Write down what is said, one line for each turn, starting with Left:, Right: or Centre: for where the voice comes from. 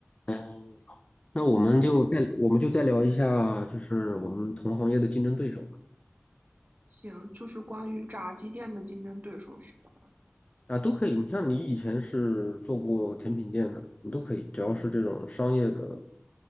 Left: 嗯，那我们就再我们就再聊一下，
Right: 嗯，
Left: 就是我们同行业的竞争对手吧。
Right: 行，就是关于炸鸡店的竞争对手是吧？
Left: 啊，都可以。你像你以前是做过甜品店的，你都可以，只要是这种商业的